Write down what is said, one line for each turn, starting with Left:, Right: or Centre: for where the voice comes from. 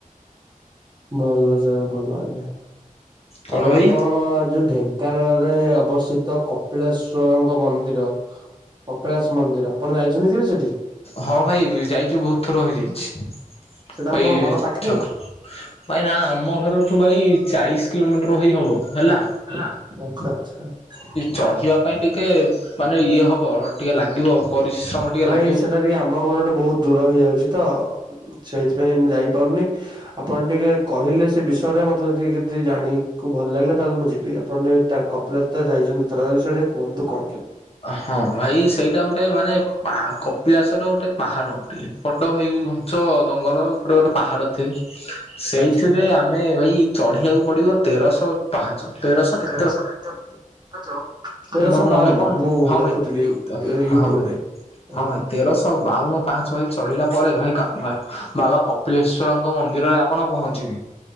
Right: ଭଲ ସେ ଭଲ ହେଲା
Left: କଣ
Right: ଆଉ ଏ
Left: ଭାଇ
Right: ଆପଣଙ୍କ ଯୋଉ ଢେ ଙ୍କାନାଳରେ ଅବସ୍ଥିତ କପିଳେଶ୍ଵରଙ୍କ ମନ୍ଦିର କପିଳାସ ମନ୍ଦିର‌ ଆପଣ ଯାଇଚନ୍ତି କେବେ ସେ
Left: ହଁ ଭାଇ ଯାଇଚୁ ବୋହୁତ ଥର ହେଇଯାଇଚି।
Right: ସେଟା
Left: ଭାଇ
Right: ଆମ ଘର ପାଖରେ
Left: ଠାକୁ
Right: କି?
Left: ଭାଇ ନା ଆମ ଘରଠୁ ଭାଇ ଚାଳିଶ କିଲୋମିଟର ଭାଇ ହବ ହେଲା।
Right: ହେଲା ଆଚ୍ଛା ଆଚ୍ଛା <unintelligible>
Left: ଚଢିବା ଭାଇ ଟିକେ ମାନେ ଇଏ ହବ ଟିକେ ଲାଗିବ ପରିଶ୍ରମ ଟିକେ
Right: ଭାଇ
Left: ଲାଗି
Right: ସେଟା ଟିକେ ଆମ ଘରଠୁ ବୋହୁତ ଦୂର ହେଇଯାଉଚି ତ ସେଇଥିପାଇଁ ମୁଁ ଜା ଇପାରୁନି ଆପଣ ଟିକେ କହିଲେ ସେ ବିଷୟରେ ମତେ ଟିକେ କିଛି ଜାଣି <inaudible> କୁ ଭଲ ଲାଗିଲା ତାହେଲେ ମୁଁ ଯିବି ଆପଣ ଟିକେ ତା କପିଳାସ ଯାଇଚନ୍ତି ତା ବିଷୟ କୁହନ୍ତୁ କଣ କେମିତି?
Left: ହଁ ଭାଇ ସେଇଟା ଗୋଟେ ମାନେ ପାଅ କପିଳାଶଟା ଗୋଟେ ପାହାଡ। ବଡ ଭାଇ ଘଞ୍ଚ ଜଙ୍ଗଲ ଉପରେ ଗୋଟେ ପାହାଡ ଅଥି ସେଇଥିରେ
Right: ଆଚ୍ଛା।
Left: ଆ ମେ ଭାଇ ଚଢିବାକୁ ପଡିବ ତେରଶହ ପାହାଚ ତେରଶହ କେ
Right: ତେରଶହ
Left: ମୋର ମନେ
Right: ବାଉନ
Left: ପଡୁନି
Right: ମୁଁ
Left: ହଁ
Right: ଦେଖୁଥିଲି
Left: ଭାଇ
Right: ୟୁ-ୟୁଟ୍ୟୁବରେ।
Left: ହଁ ଭାଇ ହଁ
Right: ଆଜ୍ଞା।
Left: ଭାଇ ତେରଶହ ବାଉନୁ ପାହଚ ଭାଇ ଚଢିଲା ପରେ ଭାଇ କା ବା-ବାବା କପିଳେଶ୍ଵରଙ୍କ ମନ୍ଦିରରେ ଆପଣ ପହଞ୍ଚିବେ।